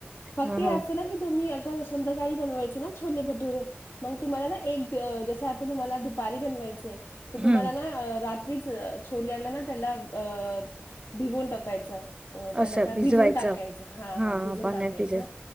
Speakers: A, on the left (about 75°); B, on the right (about 20°).
A: फक्त
B: ह
A: ये
B: ह
A: असं ना की तुम्ही संध्याकाळी बनवायच ना छोले भटुरे मग तुम्हाला ना एक जस आता तुम्हाला- दुपारी बनवायचे तर
B: हम्म.
A: तुम्हाला ना रात छोल्याला ना त्याला अ भिगून टाकायचं. अं त्याला
B: असं
A: काय
B: भिजवायचं
A: भिजून टाकायचं हा हा भिजून
B: पाण्यात
A: टाकायचं
B: भिजत